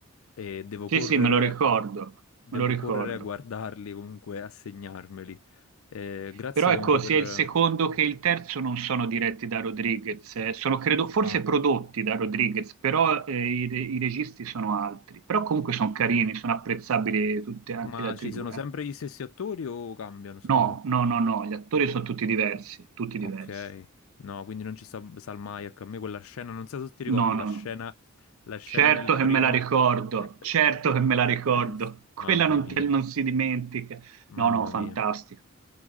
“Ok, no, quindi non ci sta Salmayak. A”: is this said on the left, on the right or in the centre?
Left